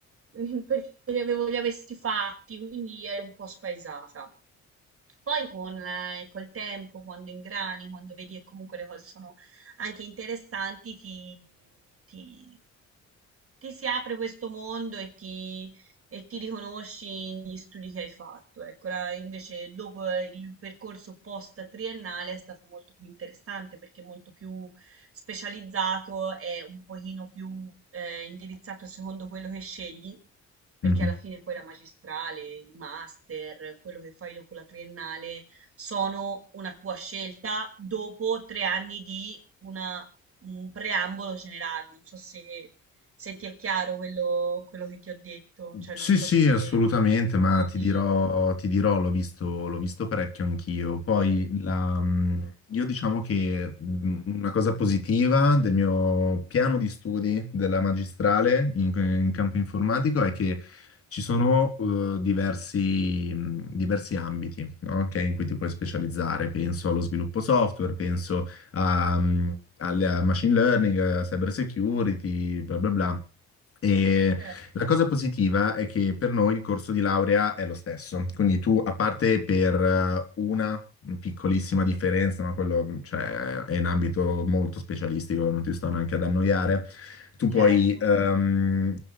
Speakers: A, on the right; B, on the left.
A: <laughs> mm, perché li avevo, li avessi fatti, quindi ero un po' spaesata. Poi con, eh, col tempo, quando ingrani, quando vedi che comunque le cose sono anche interessanti, ti, ti- ti si apre questo mondo e ti, e ti riconosci negli studi che hai fatto. Ecco, la- invece dopo eh, il percorso post triennale è stato molto più interessante perché è molto più specializzato e un pochino più eh, indirizzato secondo quello che scegli perché
B: mhm.
A: alla fine poi la magistrale, i master, quello che fai dopo la triennale sono una tua scelta dopo tre anni di una- un preambolo generale. Non so se, se ti è chiaro quello, quello che ti ho detto, cioè
B: Sì,
A: non so
B: sì,
A: se,
B: assolutamente,
A: se ci
B: ma
A: trovi.
B: ti dirò, ti dirò, l'ho visto, l'ho visto parecchio anch'io. Poi la, mh, io diciamo che mh, una cosa positiva del mio piano di studi della magistrale in, in campo informatico è che ci sono eh, diversi, mh, diversi ambiti, no? Ok, in cui ti puoi specializzare. Penso allo sviluppo software, penso a, mh, al machine learning, a cyber security, bla bla bla. E
A: Certo,
B: La cosa positiva è che per noi il corso di laurea è lo stesso, quindi tu, a parte per eh, una piccolissima differenza, ma quello, cioè, è in ambito molto specialistico, non ti sto neanche ad annoiare, tu
A: certo.
B: puoi, ehm,